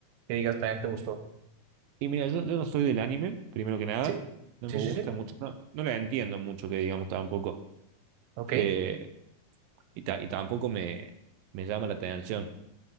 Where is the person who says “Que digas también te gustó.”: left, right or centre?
Right